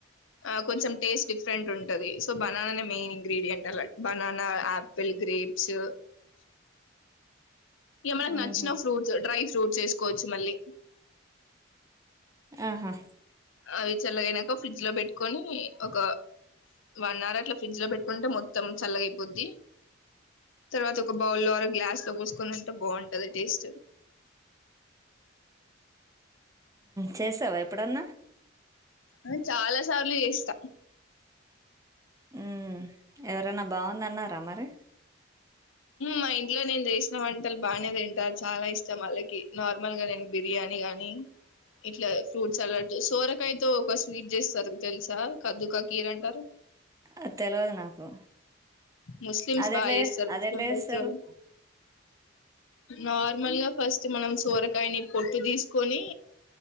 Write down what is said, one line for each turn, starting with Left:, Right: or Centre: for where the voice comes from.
Left: ఆ కొంచెం టేస్ట్ డిఫరెంట్ ఉంటది సో బనానానే main ingredient banana, apple, grapes ఇక మనకి నచ్చిన
Right: ఉహు
Left: ఫ్రూట్స్ డ్రై ఫ్రూట్స్ వేసుకోవచ్చు మళ్ళీ
Right: ఆహా
Left: అవి చల్లగా అయినాక ఫ్రిడ్జ్ లో పెట్టుకొని ఒక వన్ అవర్ అట్లా ఫ్రిడ్జ్ లో పెట్టుకుంటే మొత్తం చల్లగైపోద్ది తర్వాత ఒక బౌల్ లో గ్లాస్ లో పోసుకొని తింటే బాగుంటది టేస్ట్
Right: చేసావా ఎప్పుడన్నా
Left: అ చాలా సార్లు చేస్తా
Right: ఉ ఎవరన్నా బాగుందన్నారా మరి
Left: మా ఇంట్లో నేను చేసిన వంటలు బాగానే తింటారు. చాలా ఇష్టం వాళ్ళకి నార్మల్ గా నేను బిర్యానీ గాని ఇట్లా ఫ్రూట్స్ సలాడ్ సోరకాయతో ఒక స్వీట్ చేస్తారు తెలుసా కద్దుకా కీర్ అంటారు.
Right: అ తెలవదు నాకు
Left: ముస్లిమ్స్
Right: అదెట్లా
Left: బాగ చేస్తరు
Right: అదెట్లా
Left: ముస్లిమ్ ఫెస్టివల్
Right: చేస్తారు
Left: నార్మల్ గా ఫస్ట్ మనం సోరకాయని పొట్టు తీసుకొని